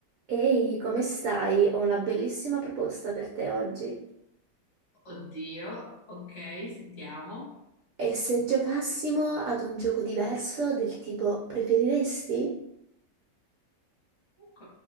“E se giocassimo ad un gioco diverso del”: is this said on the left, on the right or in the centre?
Right